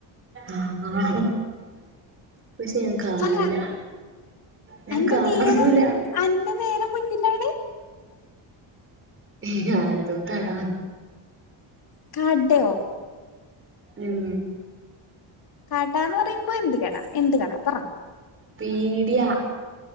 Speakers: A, on the right; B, on the left.
A: ആ ആ പക്ഷേ ഞാൻ കാണൂല
B: പറ
A: ഞാൻ
B: അന്റെ
A: കാണൂല
B: നേരെ അന്റെ നേരെ മുന്നിലാണ്
A: ങ്‌ ഹേ അതു താടാ
B: ക്കടോ
A: ഉം
B: കാടാന്ന് പറയുമ്പം എന്ത് കട എന്ത് കട പറ
A: പേടിയാ